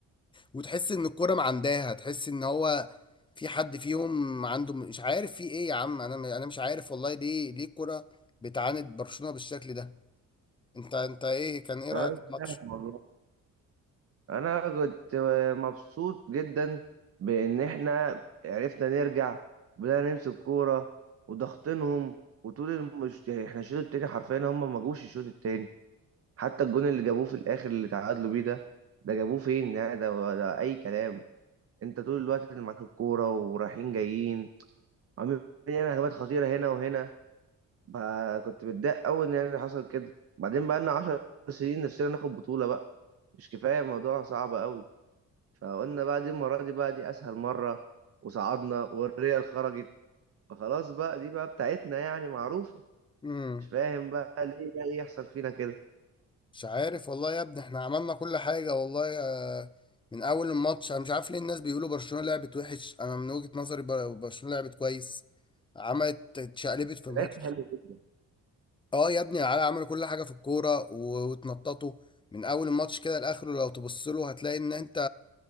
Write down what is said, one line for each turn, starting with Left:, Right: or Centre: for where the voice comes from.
Left: وتحس ان الكوره معنداها تحس ان هو في حد فيهم عنده مش عارف في ايه يا عم انا م- انا مش عارف والله ليه ليه الكوره بتعاند برشلونه بالشكل ده انت انت ايه كان ايه
Right: انا
Left: رايك
Right: مش
Left: في الماتش
Right: فاهم والله انا كنت مبسوط جدا بان احنا عرفنا نرجع وبدأنا نمسك كوره وضغطنهم وطول المش... احنا الشوط التاني حرفيا هم ما جوش الشوط التاني حتى الجون اللي جابوه في الاخر اللي تعادلوا بيه ده ده جابوه فين يعني ده, ده اي كلام انت طول الوقت اللي معاك الكوره ورايحين جايين عمال بنعمل هجمات خطيره هنا وهنا بقى كنت متضايق قوي ان اللي حصل كده بعدين بقى لنا 10 سنين نفسنا ناخد بطوله بقى مش كفايه الموضوع صعب قوي فقلنا بقى دي المره دي بقى دي اسهل مره وصعدنا والريال خرجت فخلاص بقى دي بقى بتاعتنا يعني معروفه
Left: امم
Right: مش فاهم بقى ليه بقى يحصل فينا كده
Left: مش عارف والله يا ابني احنا عملنا كل حاجه والله آه، من اول الماتش انا مش عارف ليه الناس بيقولوا برشلونه لعبت وحش انا من وجهه نظري بر- برشلونه لعبت كويس عملت اتشقلبت في الماتش
Right: لعبت حلو جدا
Left: اه يا ابني العيال عملوا كل حاجه في الكوره و- واتنططوا من اول الماتش كده لاخره لو تبص له هتلاقي ان انت